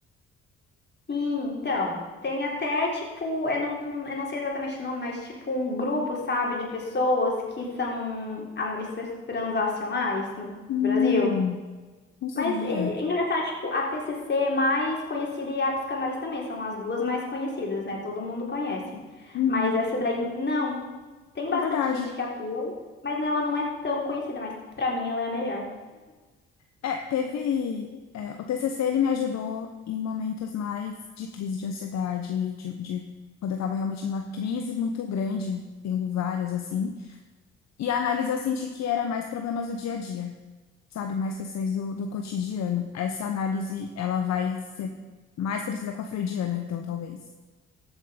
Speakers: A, on the left; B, on the left.
A: Sim, então. Tem até, tipo, eu não, eu não sei exatamente o nome, mas tipo um grupo, sabe, de pessoas que são analistas transacionais no
B: Hum,
A: Brasil.
B: não sabia.
A: Mas ele, é engraçado, tipo, a TCC é mais conhecida e a psicanálise também, são as duas mais conhecidas, né? Todo mundo conhece.
B: Uhum.
A: Mas essa daí, não. Tem
B: É
A: bastante
B: verdade.
A: gente que atua, mas ela não é tão conhecida, mas pra mim ela é a melhor.
B: É, teve. é, o TCC ele me ajudou em momentos mais de crise de ansiedade, de, de- quando eu estava realmente numa crise muito grande, tendo várias assim. E a análise eu senti que era mais problemas do dia a dia, sabe? Mais questões do, do cotidiano. Essa análise ela vai ser mais parecida com a freudiana, então, talvez.